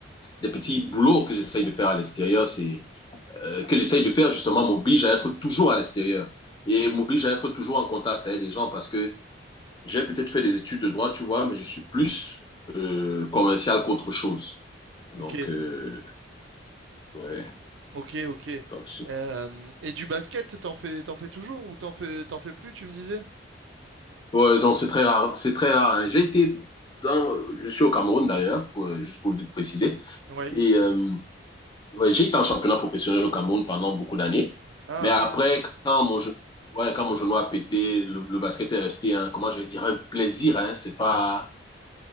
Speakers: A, on the left (about 25°); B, on the right (about 80°).
A: les petits boulots que j'essaye de faire à l'extérieur, c'est euh, que j'essaye de faire justement m'oblige à être toujours à l'extérieur et m'oblige à être toujours en contact avec les gens parce que j'ai peut-être fait des études de droit, tu vois, mais je suis plus euh, commercial qu'autre chose. Donc,
B: Ok,
A: euh, ouais,
B: ok, ok.
A: donc c'est
B: Euh, et du basket, t'en fais, t'en fais toujours ou t'en fais, t'en fais plus, tu me disais?
A: ouais, donc c'est très rare. C'est très rare. hein. J'ai été dans, je suis au Cameroun d'ailleurs, pour- euh, juste pour le préciser.
B: Oui.
A: Et euh, ouais, j'ai été en championnat professionnel au Cameroun pendant beaucoup d'années.
B: Ah,
A: Mais après, quand mon genou, ouais, quand mon genou a pété, le, le basket est resté, un- comment je vais dire, un plaisir. Hein, c'est pas